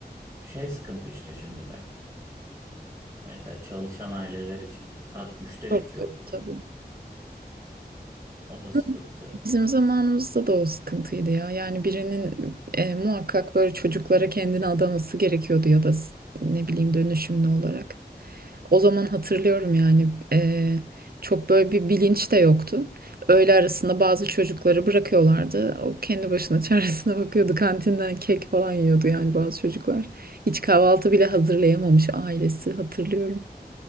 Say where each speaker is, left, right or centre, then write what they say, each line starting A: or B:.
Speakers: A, on the right; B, on the right.
A: şey sıkıntı işte şimdi de. Mesela çalışan aileler için saat üçte
B: çok
A: bitiyor
B: kötü
A: okulu.
B: tabii.
A: O da sıkıntı.
B: Hı, Bizim zamanımızda da o sıkıntıydı ya. Yani birinin e, muhakkak böyle çocuklara kendini adaması gerekiyordu ya da s- ne bileyim dönüşümlü olarak. O zaman hatırlıyorum yani eee, çok böyle bir bilinç de yoktu. Öğle arasında bazı çocukları bırakıyorlardı. O kendi başına <laughs> çaresine bakıyordu. Kantinden kek falan yiyordu yani bazı çocuklar. Hiç kahvaltı bile hazırlayamamış ailesi hatırlıyorum.